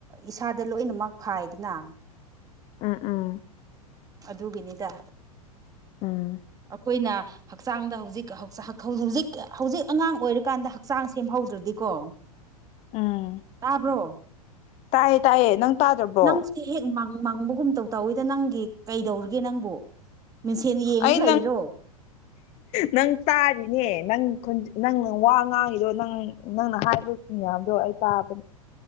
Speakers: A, on the right (about 20°); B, on the left (about 35°).
A: ꯏꯁꯥꯗ ꯂꯣꯏꯅꯃꯛ ꯐꯥꯏꯗꯅ
B: ꯎꯝ ꯎꯝ
A: ꯑꯗꯨꯒꯤꯅꯤꯗ
B: ꯎꯝ
A: ꯑꯩꯈꯣꯏꯅ ꯍꯛꯆꯥꯡꯗ ꯍꯧꯖꯤꯛ ꯍꯧꯖꯤꯛ ꯍꯧꯖꯤꯛ ꯑꯉꯥꯡ ꯑꯣꯏꯔꯤꯀꯥꯟꯗ ꯍꯛꯆꯥꯡ ꯁꯦꯝꯍꯧꯗ꯭ꯔꯗꯤꯀꯣ
B: ꯎꯝ
A: ꯇꯥꯕ꯭ꯔꯣ
B: ꯇꯥꯏꯌꯦ ꯇꯥꯏꯌꯦ ꯅꯪ ꯇꯥꯗ꯭ꯔꯕꯣ
A: ꯅꯪꯁꯦ ꯍꯦꯛ ꯃꯥꯡꯕꯒꯨꯝꯇꯧ ꯇꯧꯋꯤꯗ ꯅꯪꯒꯤ ꯀꯩꯗꯧꯔꯤꯒꯦ ꯅꯪꯕꯨ ꯃꯤꯡꯁꯦꯟ ꯌꯦꯡ
B: ꯑꯩ
A: ꯂꯩꯔꯣ
B: ꯅꯪ ꯅꯪ ꯇꯥꯔꯤꯅꯦ ꯅꯪ ꯅꯪ ꯋꯥ ꯉꯥꯡꯉꯤꯗꯣ ꯅꯪ ꯅꯪꯅ ꯍꯥꯏꯕ ꯃꯌꯥꯝꯗꯣ ꯑꯩ ꯇꯥꯕꯅꯦ